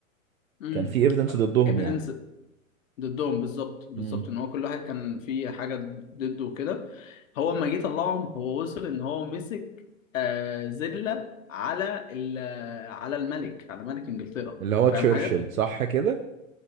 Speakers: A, on the left; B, on the right.
A: امم
B: كان في ايفيدنس ضدهم
A: evidence
B: يعني
A: ضدهم بالظبط بالظبط
B: امم
A: ان هو كل واحد كان في حاجه ضده وكده هو لما جه طلعهم هو وصل ان هو مسك آه زله على ال- على الملك على ملك انجلترا
B: اللي هو
A: فاهم
B: تشرشل
A: حاجه
B: صح كده